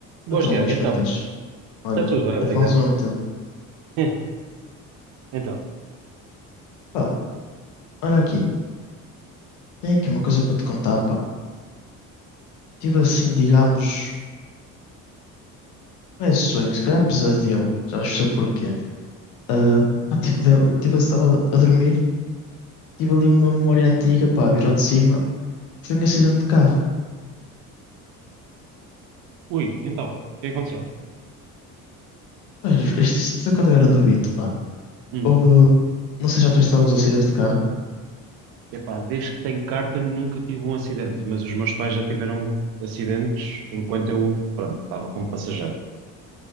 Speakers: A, on the right; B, on the left.
A: Boas,
B: Então,
A: Tiago,
B: Luís,
A: então.
B: como é que estás? Olha,
A: Está tudo bem, obrigado.
B: já falamos há um tempo.
A: <laughs> Então,
B: Pá, olha aqui, tenho aqui uma coisa para te contar, pá. Tive assim, digamos, não é sonho, se calhar pesadelo, já vais perceber o porquê. Ah, pá, tive, lem- tive- estava a dormir, tive ali uma memória antiga, pá, virou de cima, foi um acidente de carro.
A: ui, então, o que aconteceu?
B: Olha, isto, <laughs> isto foi quando eu era novito, pá.
A: Hum.
B: Houve, não sei, já tiveste alguns acidentes de carro?
A: Epá, desde que tenho carta nunca tive um acidente, mas os meus pais já tiveram acidentes enquanto eu, pronto, estava como passageiro.